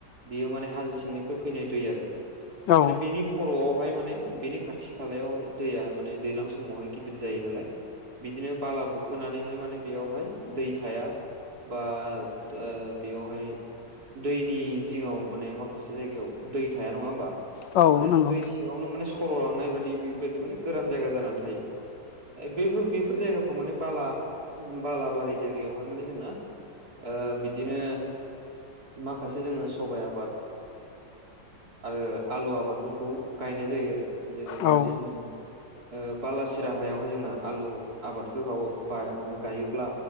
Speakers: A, on the right; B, on the left.
A: बियो माने हाजो सिंनिफ्राय फैनाय दै आरो
B: औ
A: माने बिनि खर'आवहाय माने बेनि खाथि खालायावहाय दैया माने दैजलां समावहाय गिदिर जायो नालाय बिदिनो बाला बुखोनानैहाय माने बेयावहाय दै थाया बा ओ बेयावहाय दैनि जिङाव माने माखासे जायगायाव दै थाया नङा होनोमबा
B: औ
A: माने
B: नंगौ
A: दै सिङावनो माने सर लांनाय बायदि बेबायदि माने गोरान जायगा जानानै थायो बेफोर बेफोर जायगाफ्राव माने बाला बालाबारि जायगायावहाय माने जोंना ओ बिदिनो माखासे जोङो सबायाइ आबाद आरो आलु आबादफोरखौ गायनाय जायो आरो जेरै
B: औ
A: माने जों ओ बालासिरा हायावहाय जोंना आलु आबादखौ गाव मे गायोब्ला